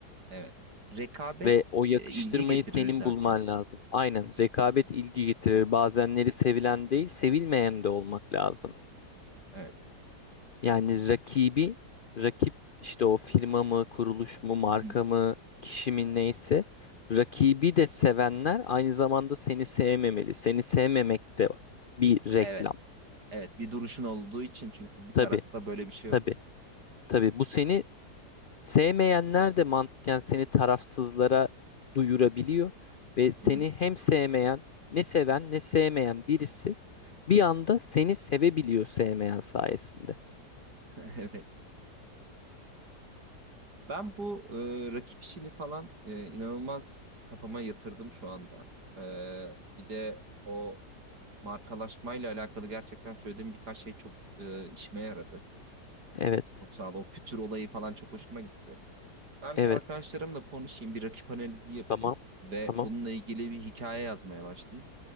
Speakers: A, on the right; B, on the left.
A: evet. Rekabet
B: Ve o yakıştırmayı
A: e, ilgi getirir
B: senin
A: zaten.
B: bulman lazım. Aynen, rekabet ilgi getirir. Bazenleri sevilen değil, sevilmeyen de olmak lazım.
A: Evet.
B: Yani rakibi, rakip işte o firma mı, kuruluş mu, marka
A: Hı hı.
B: mı, kişi mi neyse rakibi de sevenler aynı zamanda seni sevmemeli. Seni sevmemek de bir reklam.
A: Evet. Evet, bir duruşun olduğu için çünkü bir tarafta
B: Tabii,
A: böyle bir şey
B: tabii,
A: olur.
B: tabii. Bu seni sevmeyenler de mantıken seni tarafsızlara duyurabiliyor ve seni
A: Hı hı.
B: hem sevmeyen, ne seven ne sevmeyen birisi bir anda seni sevebiliyor sevmeyen sayesinde.
A: <laughs> Evet. Ben bu e, rakip işini falan e, inanılmaz kafama yatırdım şu anda. E, bir de o markalaşmayla alakalı gerçekten söylediğim birkaç şey çok e, işime yaradı.
B: Evet,
A: Çok sağ ol. O pütür olayı falan çok hoşuma gitti. Ben
B: evet.
A: bir arkadaşlarımla konuşayım, bir rakip analizi yapayım
B: Tamam,
A: ve
B: tamam.
A: bununla ilgili bir hikaye yazmaya başlayayım.